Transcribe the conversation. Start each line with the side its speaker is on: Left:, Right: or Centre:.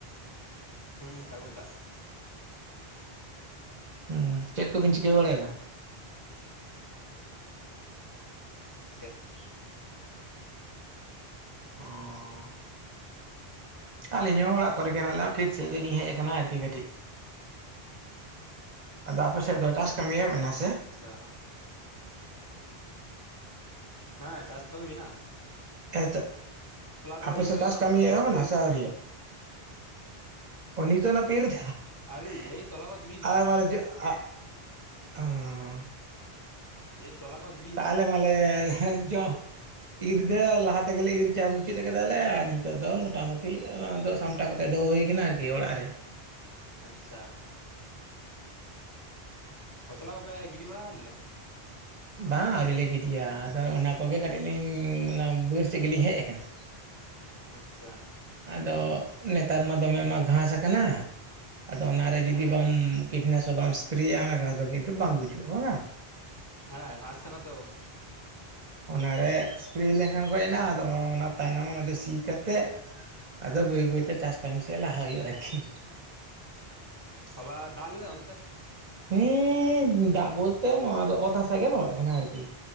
Left: ᱦᱩᱸ ᱥᱟᱹᱜᱩᱱ ᱥᱮᱛᱟᱜ ᱾
Right: ᱦᱮᱸ, ᱪᱮᱫ ᱠᱚᱵᱤᱱ ᱪᱤᱠᱟᱹ ᱵᱟᱲᱟᱭᱮᱫᱟ?
Left: <inaudible>
Right: ᱚᱸᱻ ᱟᱹᱞᱤᱧ ᱦᱚᱸ ᱚᱲᱟᱜ ᱠᱚᱨᱮ ᱜᱮ ᱦᱮᱱᱟᱜ <unintelligible> ᱠᱷᱮᱛ ᱥᱮᱫ ᱨᱮᱞᱤᱧ ᱦᱮᱡ ᱟᱠᱟᱱᱟ ᱟᱨᱠᱤ ᱠᱟᱹᱴᱤᱡ ᱾ ᱟᱫᱚ ᱟᱯᱮ ᱥᱮᱫ ᱫᱚ ᱪᱟᱥ ᱠᱟᱹᱢᱤ ᱮᱦᱚᱵ ᱮᱱᱟ
Left: ᱟᱪᱪᱷᱟ
Right: ᱥᱮ?
Left: ᱾ ᱦᱮᱸ ᱪᱟᱥ ᱠᱟᱹᱢᱤ ᱢᱮᱱᱟᱜ-ᱟ ᱾
Right: ᱦᱮᱸ ᱛᱚ <inaudible>
Left: ᱠᱚ
Right: ᱟᱯᱮ
Left: ᱤᱨ
Right: ᱥᱮᱫ
Left: ᱦᱩᱭ
Right: ᱪᱟᱥ
Left: ᱠᱟᱱᱟ
Right: ᱠᱟᱹᱢᱤ
Left: ᱚᱱᱟ ᱠᱚ
Right: ᱮᱦᱚᱵ
Left: ᱛᱟᱥᱮ
Right: ᱮᱱᱟ
Left: ᱦᱩᱭᱩᱜ
Right: ᱥᱮ
Left: ᱠᱟᱱᱟ
Right: ᱟᱹᱣᱨᱤᱭᱟ? ᱚ ᱱᱤᱛᱳᱜ ᱟᱱᱟ ᱯᱮ ᱤᱨ ᱮᱫᱟ?
Left: ᱟᱹᱣᱨᱤ
Right: <inaudible>
Left: ᱮᱭ ᱛᱚᱞᱟ ᱠᱚ ᱜᱤᱰᱤ
Right: ᱟᱞᱮ ᱢᱟᱞᱮ <inaudible> ᱚ ᱾
Left: <unintelligible> ᱛᱚᱞᱟ <unintelligible>
Right: ᱛᱟᱦᱚᱞᱮ ᱢᱟᱞᱮ ᱦᱮᱸᱪᱚ ᱤᱨ ᱫᱚ ᱞᱟᱦᱟ ᱛᱮᱜᱮᱞᱮ ᱤᱨ ᱪᱟ ᱢᱩᱪᱟᱹᱫ ᱟᱠᱟᱫᱟ ᱞᱮ ᱾ ᱟᱨ ᱱᱤᱛᱚᱜ ᱫᱚ ᱢᱚᱴᱟᱢᱩᱴᱤ ᱚᱱᱟ ᱫᱚ ᱥᱟᱢ ᱜᱚᱴᱟ ᱠᱟᱛᱮᱫ ᱫᱚ ᱦᱩᱭ ᱟᱠᱟᱱᱟ ᱟᱨᱠᱤ ᱚᱲᱟᱜ ᱨᱮ ᱾
Left: ᱟᱪᱪᱷᱟ ᱾ ᱠᱷᱚᱥᱞᱟ ᱵᱟᱯᱮ ᱜᱤᱰᱤ ᱵᱟᱲᱟ ᱞᱮᱫᱟ?
Right: ᱵᱟᱝ ᱟᱹᱣᱨᱤ ᱞᱮ ᱜᱤᱛᱤᱡᱼᱟ᱾ ᱟᱫᱚ ᱚᱱᱟ ᱠᱚᱜᱮ ᱠᱟᱹᱴᱤᱡ ᱞᱤᱧ, ᱚᱱᱟ ᱵᱟᱹᱨ ᱥᱮᱫ ᱜᱮᱞᱤᱧ ᱦᱮᱡ ᱟᱠᱟᱱᱟ᱾
Left: ᱟᱪᱪᱷᱟ᱾
Right: ᱟᱫᱚ ᱱᱮᱛᱟᱨ ᱢᱟ ᱫᱚᱢᱮ ᱢᱟ ᱜᱷᱟᱸᱥ ᱟᱠᱟᱱᱟ᱾ ᱟᱫᱚ ᱚᱱᱟᱨᱮ ᱡᱩᱫᱤ
Left: ᱦᱮᱸ
Right: ᱵᱟᱢᱼᱼ ᱠᱤᱴᱱᱟᱥᱚᱠ ᱵᱟᱢ ᱥᱯᱨᱮᱭᱟᱼᱟ᱾ ᱚᱱᱟ ᱜᱷᱟᱸᱥ ᱫᱚ ᱠᱤᱱᱛᱩ ᱵᱟᱝ ᱜᱩᱡᱩᱜᱼᱟ ᱵᱟᱝᱼᱟ᱾
Left: ᱦᱮᱸ ᱜᱷᱟᱸᱥ ᱠᱟᱱᱟ ᱛᱚ ᱾
Right: ᱚᱱᱟᱨᱮ ᱥᱯᱨᱮ ᱞᱮᱱᱠᱷᱟᱱ ᱜᱚᱡ ᱮᱱᱟ᱾ ᱟᱫᱚ ᱚᱱᱟ ᱛᱟᱭᱱᱚᱢ ᱟᱫᱚ ᱥᱤ ᱠᱟᱛᱮᱫ ᱟᱫᱚ ᱵᱟᱹᱭ ᱵᱟᱹᱭᱛᱮ ᱪᱟᱥ ᱠᱟᱹᱢᱤ ᱥᱮᱫ ᱞᱟᱦᱟ ᱦᱩᱭᱩᱜᱼᱟ ᱟᱨᱠᱤ᱾
Left: ᱦᱚᱞᱟ, ᱫᱟᱜ ᱞᱮᱫᱟᱭ ᱚᱱᱛᱮ?
Right: ᱦᱩᱸᱼᱼ ᱫᱟᱜ ᱵᱚᱞᱛᱮ ᱱᱚᱣᱟ ᱫᱚ ᱚᱛ ᱦᱟᱥᱟ ᱜᱮ ᱞᱚᱦᱚᱫ ᱠᱟᱱᱟ ᱟᱨ ᱠᱤ᱾